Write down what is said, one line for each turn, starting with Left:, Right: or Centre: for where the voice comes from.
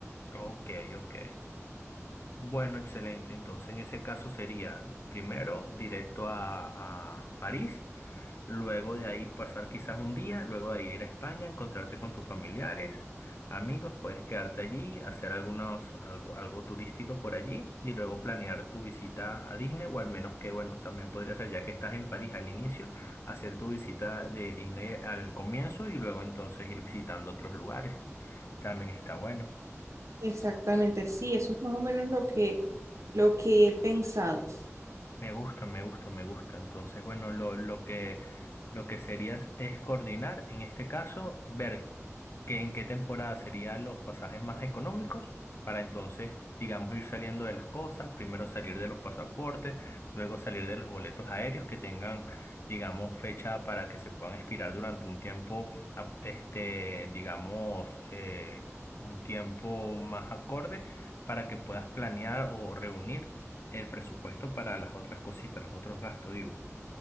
Left: Ok, ok. Bueno, excelente. Entonces, en ese caso sería primero directo a, a París, luego de ahí pasar quizás un día, luego de ir a España, encontrarte con tus familiares, amigos, puedes quedarte allí, hacer algunos, algo, algo turístico por allí y luego planear tu visita a Disney o al menos que, bueno, también podría ser, ya que estás en París al inicio, hacer tu visita de Disney al comienzo y luego entonces ir visitando otros lugares. También está bueno.
Right: Exactamente, sí, eso es más o menos lo que, lo que he pensado.
Left: Me gusta, me gusta, me gusta. Entonces, bueno, lo, lo que, lo que sería es, es coordinar, en este caso, ver que, en qué temporada serían los pasajes más económicos para entonces, digamos, ir saliendo de las cosas, primero salir de los pasaportes, luego salir de los boletos aéreos que tengan, digamos, fecha para que se puedan expirar durante un tiempo, ap- este, digamos, eh, un tiempo más acorde para que puedas planear o reunir el presupuesto para las otras cositas, los otros gastos, digo.